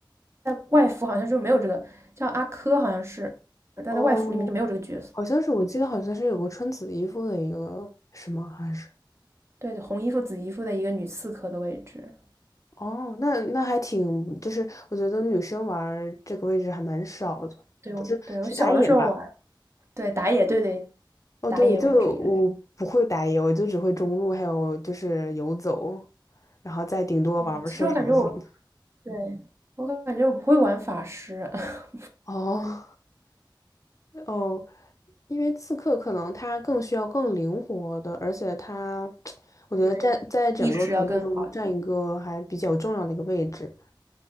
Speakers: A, on the right; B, on the left.
A: 在外服好像就没有这个叫阿珂，好像是，但在外服里面就没有这个角色。
B: 哦，好像是，我记得好像是有个穿紫衣服的一个，是吗？还是？
A: 对，红衣服紫衣服的一个女刺客的位置。
B: 哦，那那还挺，就是我觉得女生玩儿这个位置还蛮少的，
A: 对，
B: 就是是打野吧？
A: 我对我小的时候玩，对打野，对对
B: 哦，
A: 打野位置应该是。
B: 对，我就我不会打野，我就只会中路，还有就是游走，然后再顶多玩玩射手什么的。
A: 嗯，其实我感觉我对我感觉我不会玩法师，<laughs>
B: 哦。哦，因为刺客可能他更需要更灵活的，而且他，<tsk> 我觉得占在整个团队中占一个还比较重要的一个位置，
A: 对意识要更好一点。